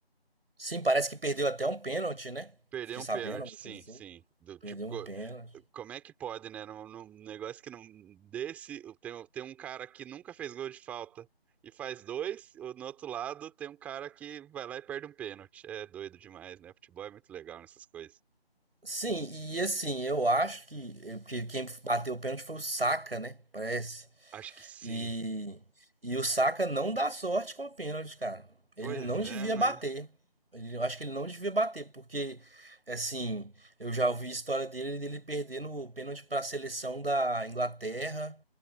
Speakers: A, on the right; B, in the centre.
A: Sim, parece que perdeu até um pênalti, né?
B: Perdeu
A: Fiquei
B: um
A: sabendo,
B: pênalti,
A: alguma
B: sim,
A: coisa assim.
B: sim. Do tipo,
A: Perdeu
B: co-
A: um pênalti.
B: como é que pode, né? Num, num negócio que não desse, tem, tem um cara que nunca fez gol de falta e faz dois, ou no outro lado tem um cara que vai lá e perde um pênalti. É doido demais, né? Futebol é muito legal nessas coisas.
A: Sim, e assim, eu acho que, que quem bateu o pênalti foi o Saka, né? Parece.
B: Acho que sim.
A: E, e o Saka não dá sorte com o pênalti, cara. Ele
B: Pois
A: não
B: é,
A: devia
B: né?
A: bater. Ele- eu acho que ele não devia bater, porque, assim, eu já ouvi a história dele, dele perdendo o pênalti para a seleção da Inglaterra,